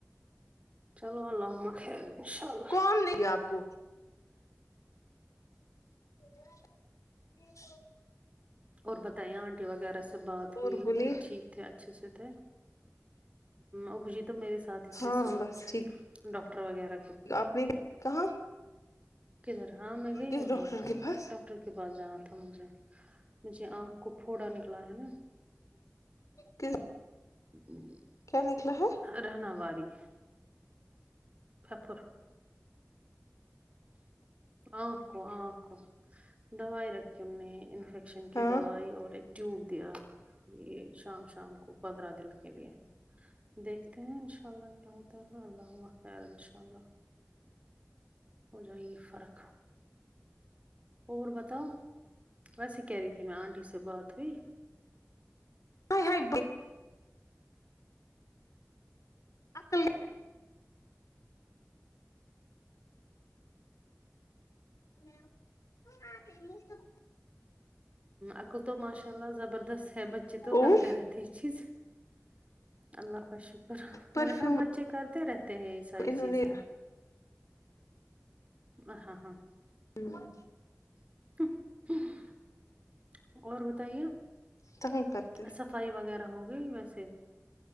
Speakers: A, on the right (about 25°); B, on the left (about 75°).
A: چلو اللہم خیر انشاء اللہ
B: کون آپ کو <inaudible>
A: اور بتائیں آنٹی وغیرہ سے بات
B: اور
A: ہوئی
B: بولیے
A: وہ ٹھیک تھے اچھے سے تھے اب جی تو میرے ساتھ ہی تھے
B: ہاں
A: صبح
B: بس ٹھیک
A: ڈاکٹر وغیرہ
B: آپ نے کہاں
A: کے رہراہ مے
B: کس ڈاکٹر
A: ہاں ڈٹر
B: کے پاس
A: ڈاکٹر کے پاس جانا تھا مجھے مجھے آنکھ کو پھوڑا نکلا ہے نا
B: کس
A: جی
B: کیا نکلا ہے
A: رہنا واری پھپھر انکھ کو دوائی رکھی ان نے انفیکشن کی
B: ہاں
A: دوائی اور ایک ٹیوب دیا یہ شام شام کو پندرہ دن کے لیے ہے دیکھتے ہیں انشاء اللہ کیا ہوتا ہے اللہ خیر انشاء اللہ ہو جائے گی فرق اور بتاؤ ویسے کہہ رہی تھی میں آنٹی سے بات ہوئی
B: ہائے ہائے عقل <inaudible>
A: عقل تو ماشاء اللہ زبردست ہے بچے تو
B: اور
A: کرتے رہتے یہ چیز اللہ کا شکر
B: پرفیوم
A: میں نے کہا بچے کرتے رہتے ہیں یہ ساری
B: انہوں
A: چیزیں
B: نے
A: ہاں ہاں
B: ہوں
A: <inaudible> اور بتائیے
B: <inaudible>
A: صفائی وغیرہ ہو گئی ویسے